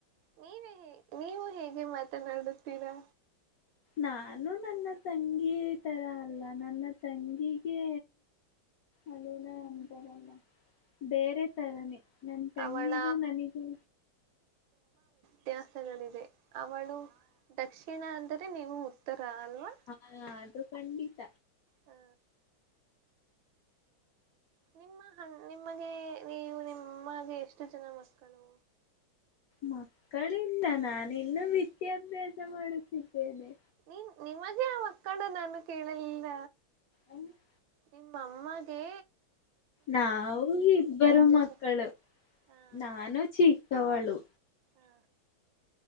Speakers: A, on the right; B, on the left.
A: ನೀವೇ ಹ ನೀವು ಹೇಗೆ ಮಾತನಾಡುತ್ತೀರಾ
B: ನಾನು ನನ್ನ ತಂಗಿ ತರ ಅಲ್ಲ ನನ್ನ ತಂಗಿಗೆ ಅದೇನ ಅಂತಾರಲ್ಲ ಬೇರೆ ತರನೇ ನನ್ ತಂಗಿಗೂ
A: ಅವಳ
B: ನನಿಗೂ
A: ತ್ಯಾಸಗಳಿವೆ ಅವಳು ದಕ್ಷಿಣ ಅಂದ್ರೆ ತ್ತೆ ನೀವು ಅಲ್ವಾ
B: ಹಾ ಅದು. ಖಂಡಿತ.
A: ಹ ನಿಮ್ಮ ಹಣ ನಿಮಗೆ ನೀವು ನಿಮ್ಮಗೆ ಎಷ್ಟು ಜನ ಮಕ್ಕಳು
B: ಮಕ್ಕಳಿಲ್ಲ ನಾನಿನ್ನು ವಿ ವಿದ್ಯಾಭ್ಯಾಸ ಮಾಡುತ್ತಿದ್ದೇನೆ.
A: ನೀನ್ ನಿಮಗೆ ಮಕ್ಕಳು ನಾನು ಕೇಳಲಿಲ್ಲ.
B: ನು <inaudible>
A: ನಿಮ್ಮಮ್ಮಗೆ
B: ನಾವು ಇಬ್ಬರು ಮಕ್ಕಳು
A: ಜನ ಹಾ
B: ನಾನು ಚಿಕ್ಕವಳು.
A: ಹಾ